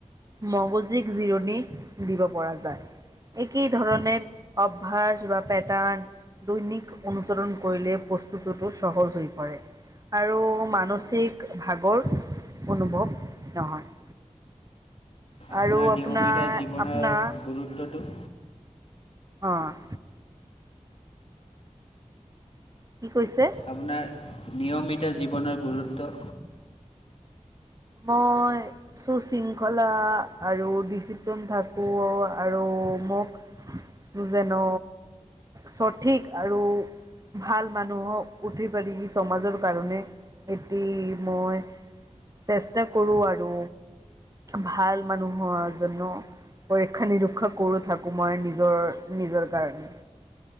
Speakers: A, on the right; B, on the left.
A: মগজিক জিৰণি দিব পৰা যায়। একেই ধৰণে অভ্যাস বা পেটাৰ্ণ দৈনিক অনুচৰণ কৰিলে প্ৰস্তুটোতো সহজ হৈ পৰে। আৰু মানসিক ভাগৰ অনুভৱ নহয়। আৰু
B: আপোনাৰ
A: আপোনাৰ
B: নিয়মিতা জীৱনৰ
A: আপোনাৰ
B: গুৰুত্বটো
A: অ'। কি কৈছে?
B: আপোনাৰ নিয়মিতা জীৱনৰ গুৰুত্ব
A: মই সু শৃংখলা আৰু ডিচিপ্লিন থাকোঁ আৰু মোক যেন' সঠিক আৰু ভাল মানুহক উঠি পাৰি সমাজৰ কাৰণে এটি মই চেষ্টা কৰোঁ আৰু ভাল মানুহৰ জন পৰীক্ষা নিৰীক্ষা কৰোঁ থাকোঁ মই নিজৰ, নিজৰ কাৰণে।